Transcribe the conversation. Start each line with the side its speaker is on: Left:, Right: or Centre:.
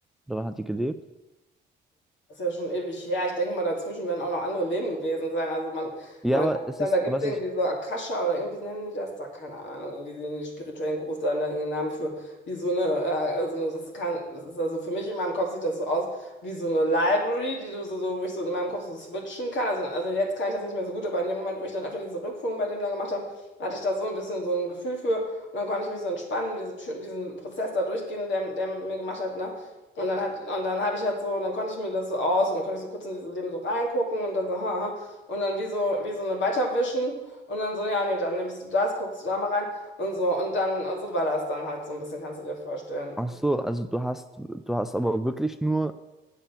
Centre: Oder wann hat die gelebt?
Left: Das ist ja schon ewig her. Ich denke mal, dazwischen werden auch noch andere Leben gewesen sein. Also man,
Centre: Ja,
Left: man
Centre: aber
Left: kann sich
Centre: es
Left: dann,
Centre: ist,
Left: da gibt
Centre: was
Left: es irgendwie
Centre: ich
Left: so Akasha oder irgendwie nennen die das da, keine Ahnung, irgendwie die, die spirituellen Gurus, da da irgendeinen Namen für, wie so eine, äh, so eine, das kann, das ist also für mich in meinem Kopf sieht das so aus wie so eine Library, die du so, so, wo ich so in meinem Kopf so switchen kann. Also, also jetzt kann ich das nicht mehr so gut, aber in dem Moment, wo ich dann öfter diese Rückführung bei dem da gemacht habe, hatte ich da so ein bisschen so ein Gefühl für und dann konnte ich mich so entspannen, diese, Tür- diesen Prozess da durchgehen, der, der mit mir gemacht hat, ne? Und dann hat, und dann habe ich halt so, dann konnte ich mir das so aus und dann konnte ich so kurz in dieses Leben so reingucken und dann so, haha, und dann wie so, wie so eine weiterwischen und dann so, ja, nee, dann nimmst du das, guckst du da mal rein und so. Und dann, so war das dann halt so ein bisschen, kannst du dir vorstellen.
Centre: Ach so, also du hast, du hast aber wirklich nur